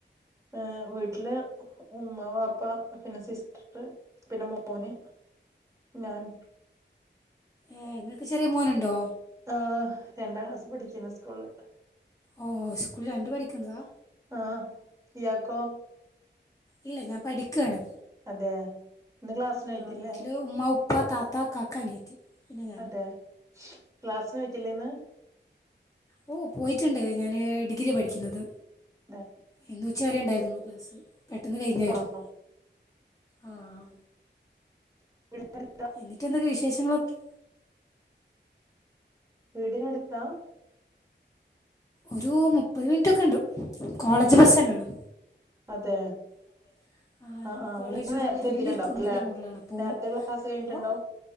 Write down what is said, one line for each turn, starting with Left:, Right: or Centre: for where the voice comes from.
Right: ഏ വീട്ടില് ഉമ്മ, വാ പ്പ, പിന്നെ സിസ്റ്റര്, പിന്നെ മോന് ഞാനും
Left: ഏ് ഇങ്ങക്ക് ചെറിയ മോനുണ്ടോ?
Right: ആ രണ്ടാം ക്ലാസ് പഠിക്കുന്ന സ്കൂള്.
Left: ഓ സ്കൂളിൽ രണ്ട് പഠിക്കുന്നതാ
Right: ആഹ ഇയാക്കോ?
Left: ഇല്ല ഞാൻ പഠിക്കയാണ്.
Right: അതെ. ഇന്ന് ക്ലാസ്സിന് പോയിട്ടില്ലേ
Left: ആ വീട്ടില് ഉമ്മ, ഉപ്പ, താത്ത, കാക്ക, അനിയത്തി പിന്നെ ഞാന്.
Right: അതെ ക്ലാസ്സിന് പോയ ട്ടില്ലെന്ന്
Left: ഓ പോയിട്ടുണ്ട് ഞാന് ഡിഗ്രി പഠിക്കുന്നത്.
Right: അതെ
Left: ഇന്ന് ഉച്ച വരെ ഉണ്ടാർന്നൊള്ളു ക്ലാസ്സ്‌. പെട്ടെന്ന് കഴിഞ്ഞായിരുന്നു
Right: പോണോ
Left: ആഹ.
Right: <inaudible>
Left: എന്നിട്ട് എന്തൊക്കെ വിശേഷങ്ങളൊക്കെ.
Right: വീടിനടുത്താ
Left: ഒരു മുപ്പത് മിനിറ്റൊക്കെ ഉണ്ട് കോളേജ് ബസ് തന്നെ ആണ്.
Right: അതെ
Left: <inaudible>
Right: ആഹ് ആഹ്
Left: കോളേജ്
Right: ഇന്ന
Left: ഒരു
Right: നേരത്തെ
Left: വലിയൊരു
Right: എത്തിട്ടുണ്ടാവും
Left: കുന്നിൻ്റെ
Right: അല്ലെ
Left: മുകളിലാണ് അപ്പോൾ
Right: നേരത്തെ ക്ലാസ്സ് കഴിഞ്ഞിട്ടുണ്ടോ.
Left: ഓ